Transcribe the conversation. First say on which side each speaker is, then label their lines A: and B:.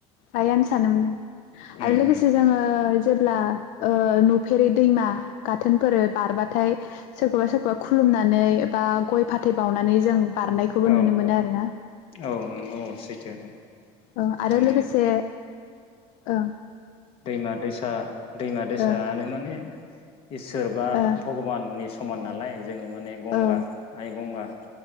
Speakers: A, on the left (about 70°); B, on the left (about 45°).
A: आइआनो सानोमोन ओ आरो
B: उम
A: लोगोसे
B: उम उम
A: जोङो जेब्ला ओ नुफेरै दैमा गाथोनफोर बारबाथाय सोरखौबा सोरखौबा खुलुमनानै एबा गय फाथै बावनानै जों बारनायखौबो
B: औ
A: नुनो मोनो आरो ना
B: औ नंगौ औ सैथो ओं
A: औ आरो
B: माने
A: लोगोसे ओ
B: दैमा दैसा दैमा दैसायानो
A: ओ
B: माने इसोर बा
A: ओ
B: भगबाननि समान नालाय जोङो माने गंगा
A: ओ
B: आइ गंगा